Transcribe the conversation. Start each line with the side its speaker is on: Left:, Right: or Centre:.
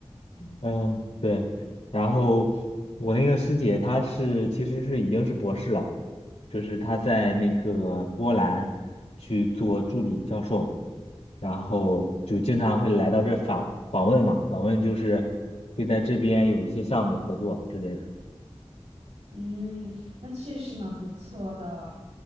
Left: 嗯，对。然后我那个师姐，她是其实是已经是博士了，就是她在那个波兰去做助理教授，然后就经常会来到这访访问嘛，访问就是会在这边有一些项目合作之类的。
Right: 嗯，那确实蛮不错的。